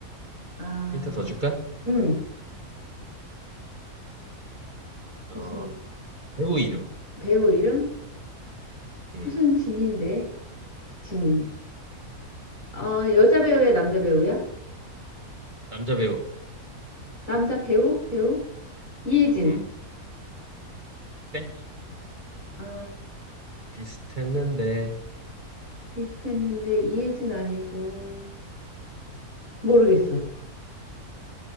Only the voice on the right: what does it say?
힌트 더 줄까?
어,
배우 이름.
음,
남자 배우.
음, 땡.
비슷했는데,